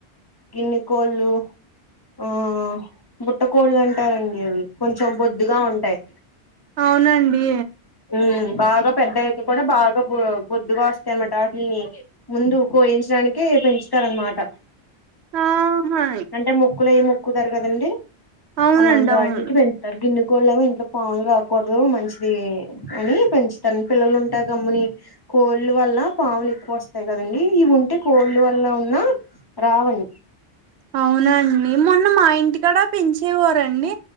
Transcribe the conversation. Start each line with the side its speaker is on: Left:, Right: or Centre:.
Left: గిన్నె కోళ్ళు ఆ బుట్టకోళ్లు అంటారండి అవి కొంచెం బొద్దుగా ఉంటాయి
Right: అవునండి
Left: ఊ బాగా పెద్దయ్యాక కూడా బాగా బు బుద్దుగా వస్తాయి అన్నమాట వాటిని ముందు కోయించడానికే పెంచుతారనమాట
Right: ఆహా
Left: అంటే మొక్కులుయ్యి మొక్కుతారు కదండి
Right: అవునండి
Left: అలాంటి
Right: అవును
Left: వాటికి పెం టారు గిన్నెకోళ్ళేమో ఇంట్లో పాములు రాకూడదు మంచిది అని పెంచుతారండి పిల్లలు ఉంటా గమ్ముని కోళ్ళు వల్ల పాములు ఎక్కువ వస్ తాయి కదండి ఇవి ఉంటే కోళ్ళు వల్ల ఉన్నా రావం
Right: అవునా అండి మొన్న మా ఇంటి కాడా పెంచేవారండి